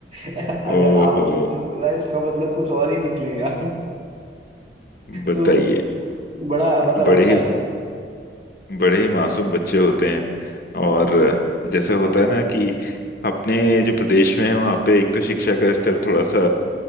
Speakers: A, on the right (about 35°); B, on the left (about 55°).
A: <laughs> अगर
B: ओहो
A: आपने जो बोला है, इसका मतलब कुछ और ही निकलेगा <laughs>
B: बताइए
A: तो बड़ा मतलब
B: बड़े
A: अच्छा
B: ही
A: था
B: बड़े ही मासूम बच्चे होते हैं और जैसे
A: <laughs>
B: होता है ना कि अपने जो प्रदेश में है वहाँ पे एक तो शिक्षा का स्तर थोड़ा सा